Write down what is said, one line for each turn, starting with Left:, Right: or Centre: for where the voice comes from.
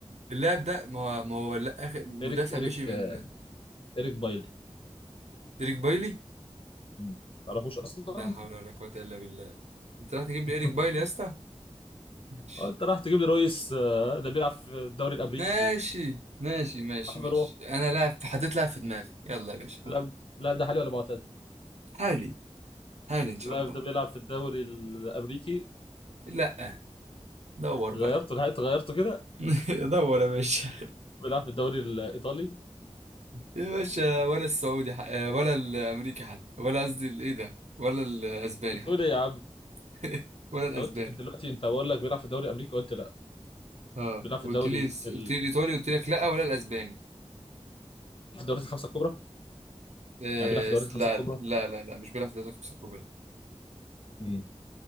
Right: اللاعب ده ما هو ما هو لا اخر
Left: <laughs>
Right: مدافع
Left: ايريك ايريك
Right: مشي من
Left: آه، ايريك بايلي
Right: إيريك بايلي
Left: ما تعرفوش اصلا
Right: لا حول ولا قوة إلا بالله أنت رايح تجيب لي
Left: <laughs>
Right: إيريك بايلي يا اسطى ماشي
Left: اه انت راح تجيب لي رويس آه، اللي بيلعب في الدوري الامريكي
Right: ماشي ماشي ماشي
Left: عم
Right: ماشي
Left: روح
Right: أنا لاعب حطيت لاعب في دماغي يلا يا باشا
Left: لا
Right: حط
Left: لا ده حالي ولا معتزل
Right: حالي حالي إن شاء
Left: لا
Right: الله
Left: ده بيلعب في الدوري الامريكي
Right: لا دور بقى
Left: غيرته لحقت غيرته كده
Right: <laughs> دور يا باشا
Left: بيلعب في الدوري الايطالي
Right: يا باشا ولا السعودي ح... ولا الأمريكي حتى ولا قصدي الإيه ده ولا الأسباني
Left: بتقول
Right: حتى
Left: ايه يا عم
Right: <laughs> ولا
Left: انت
Right: الأسباني
Left: قلت دلوقتي انت بقول لك بيلعب في الدوري الامريكي قلت لا
Right: اه
Left: بيلعب في
Right: قلت
Left: الدوري
Right: لي
Left: ال...
Right: قلت لي الايطالي قلت لك لا ولا الاسباني
Left: في الدوريات الخمسه الكبرى
Right: آه
Left: يعني بيلعب في الدوريات الخمسه
Right: لا
Left: الكبرى
Right: لا لا لا مش بيلعب في الدوري السعودي
Left: مم.